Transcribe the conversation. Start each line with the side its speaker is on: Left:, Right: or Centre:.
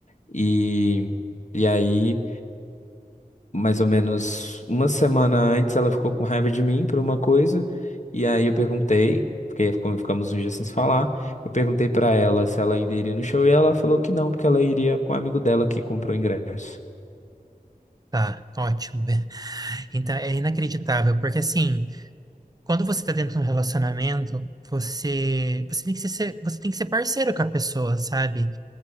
Left: e E aí, mais ou menos uma semana antes, ela ficou com raiva de mim por uma coisa, e aí eu perguntei, porque ficou- ficamos uns dias sem se falar, eu perguntei pra ela se ela ainda iria no show, e ela falou que não, porque ela iria com um amigo dela que comprou ingresso.
Right: Tá. Ótimo. <laughs> Então é inacreditável, porque assim, quando você tá dentro de um relacionamento, você, você tem que ser, você tem que ser parceiro com a pessoa, sabe?